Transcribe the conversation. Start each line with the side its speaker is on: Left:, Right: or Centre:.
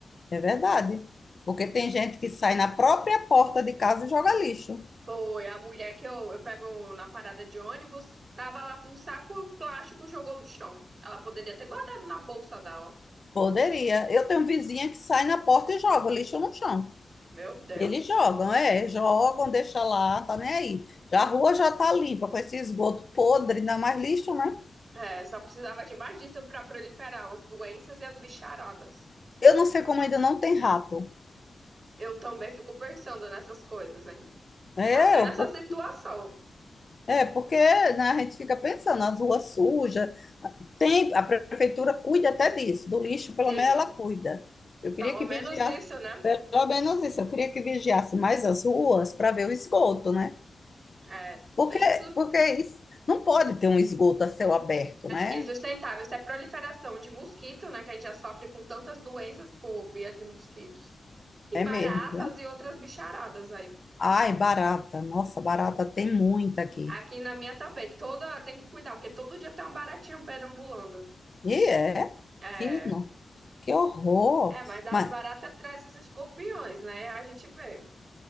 Left: é verdade. Porque tem gente que sai na própria porta de casa e joga lixo.
Right: Foi a mulher que eu, eu pego na parada de ônibus, tava lá com um saco plástico, jogou no chão. Ela poderia ter guardado na bolsa dela.
Left: Poderia. Eu tenho vizinha que sai na porta e joga o lixo no chão.
Right: Meu Deus.
Left: Eles jogam, é, jogam, deixa lá, tá nem aí. Já a rua já tá limpa com esse esgoto podre, ainda mais lixo, né?
Right: É, só precisava de mais disso para proliferar as doenças e as bicharadas.
Left: Eu não sei como ainda não tem rato.
Right: Eu também fico pensando nessas coisas, hein?
Left: É,
Right: Até
Left: eu
Right: nessa
Left: por-
Right: situação.
Left: é porque né, a gente fica pensando, as ruas sujas, tem, a prefeitura cuida até disso, do lixo,
Right: Sim,
Left: pelo menos ela cuida. Eu queria
Right: pelo
Left: que
Right: menos
Left: vigiasse,
Right: isso, né?
Left: pelo menos isso, eu queria que vigiasse mais as ruas para ver o esgoto, né?
Right: É,
Left: Porque,
Right: isso
Left: porque é isso não pode ter um esgoto a céu aberto, né?
Right: É sustentável. Isso é proliferação de mosquito, né? Que a gente já sofre com tantas doenças por via de mosquitos. E
Left: É
Right: baratas
Left: mesmo, viu?
Right: e outras bicharadas aí.
Left: Ai, barata. Nossa, barata tem muita aqui.
Right: Aqui na minha também. Toda tem que cuidar, porque todo dia tem uma baratinha perambulando.
Left: E é,
Right: É,
Left: que, no, que horror.
Right: é mas as
Left: Mas
Right: baratas trazem os escorpiões, né? A gente vê.